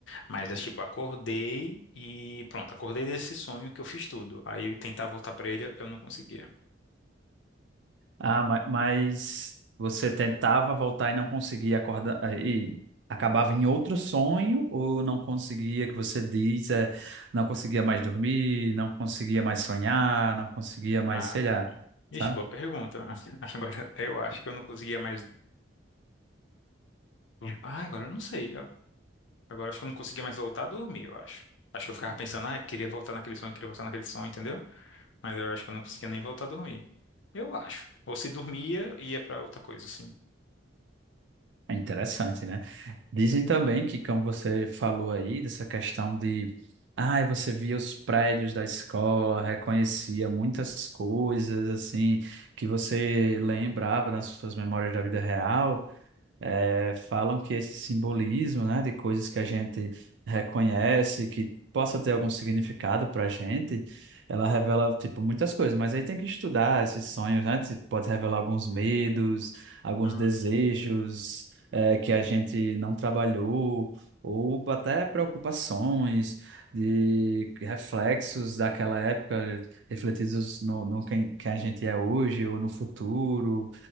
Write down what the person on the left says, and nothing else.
Mas é tipo, acordei e pronto, acordei desse sonho que eu fiz tudo. Aí eu tentar voltar pra ele, eu não conseguia.
Ah,
cara.
Ixi,
boa pergunta. <laughs> Agora eu acho que eu não conseguia mais. Ah, agora eu não sei. ó. Agora acho que eu não conseguia mais voltar a dormir, eu acho. Acho que eu ficava pensando, ah, eu queria voltar naquele sonho, queria voltar naquele sonho, entendeu? Mas eu acho que eu não conseguia nem voltar a dormir. Eu acho. Ou se dormia, ia pra outra coisa, assim.
Uhum.